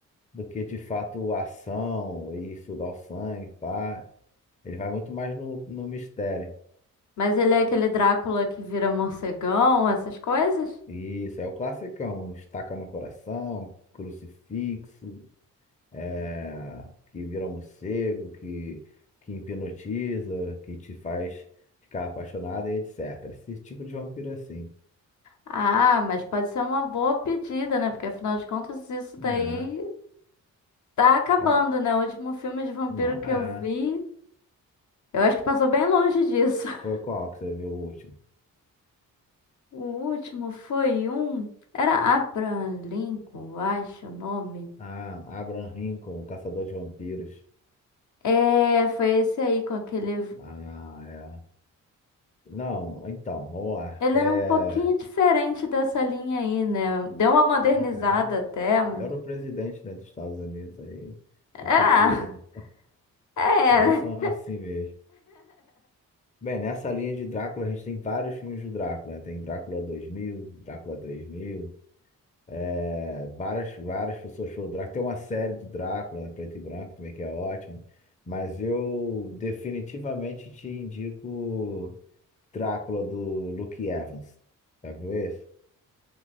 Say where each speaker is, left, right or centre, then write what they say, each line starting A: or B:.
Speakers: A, on the left; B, on the left.
A: do que de fato ação e sugar o sangue, pá. Ele vai muito mais no, no mistério.
B: Mas ele é aquele Drácula que vira morcegão, essas coisas?
A: Isso, é o classicão, estaca no coração, crucifixo. é, que vira morcego, que, que hipnotiza, que te faz ficar apaixonada e etc. Esse tipo de vampiro é assim.
B: Ah, mas pode ser uma boa pedida, né? Porque afinal de contas isso daí
A: Ah,
B: tá acabando,
A: a-
B: né? O último filme de vampiro
A: não,
B: que
A: é.
B: eu vi, eu acho que passou bem longe disso. <laughs>
A: Foi qual que você viu o último?
B: O último foi um. Era Abraham Lincoln, eu acho o nome.
A: Ah, Abraham Lincoln, o Caçador de Vampiros.
B: É, foi esse aí com aquele.
A: Ah, é. Não, então, vamos lá.
B: Ele
A: É,
B: era um pouquinho diferente dessa linha aí, né? Deu uma modernizada
A: ah,
B: até, mas.
A: é. Ele era o presidente, né, dos Estados Unidos aí, o
B: Ah,
A: futuro, né?
B: <laughs> é,
A: Eles são assim
B: né?
A: mesmo. Bem, nessa linha de Drácula, a gente tem vários filmes do Drácula, né? Tem Drácula 2000, Drácula 3000, é, várias, várias pessoas falam do Drácula. Tem uma série do Drácula, né? Preto e branco também, que é ótimo. Mas eu definitivamente te indico Drácula do Luke Evans. Já viu esse?